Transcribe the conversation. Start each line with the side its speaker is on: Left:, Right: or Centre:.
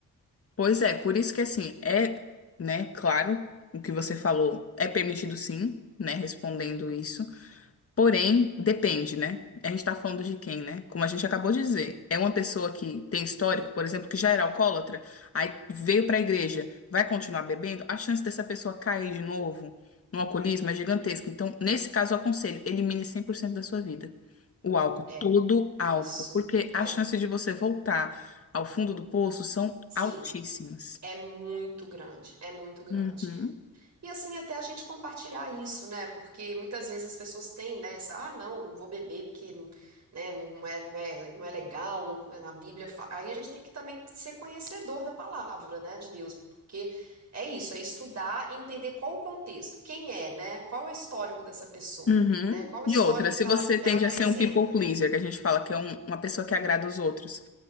Left: Pois é, por isso que assim, é, né, claro, o que você falou é permitido sim, né, respondendo isso. Porém, depende, né? A gente tá falando de quem, né? Como a gente acabou de dizer, é uma pessoa que tem histórico, por exemplo, que já era alcoólatra, aí veio pra igreja, vai continuar bebendo, a chance dessa pessoa cair de novo no alcoolismo é gigantesca. Então, nesse caso, eu aconselho, elimine 100% da sua vida. O álcool,
Right: É,
Left: todo álcool,
Right: isso.
Left: porque a
Right: É,
Left: chance de você voltar ao fundo do poço são
Right: sim.
Left: altíssimas.
Right: É muito grande, é muito grande.
Left: Uhum,
Right: E assim, até a gente compartilhar isso, né? Porque muitas vezes as pessoas têm, né, essa, ah, não, não vou beber porque não, né, não é, não é, não é legal, não- né, na Bíblia. fa-". Aí a gente tem que também ser conhecedor da palavra, né, de Deus, porque é isso, é estudar e entender qual o contexto, quem é, né? Qual é o histórico dessa pessoa,
Left: uhum.
Right: né? Qual é o
Left: E
Right: histórico
Left: outra, se
Right: que
Left: você
Right: ela, que
Left: tende
Right: ela apresenta.
Left: a ser um people pleaser, que a gente fala que é um- uma pessoa que agrada os outros,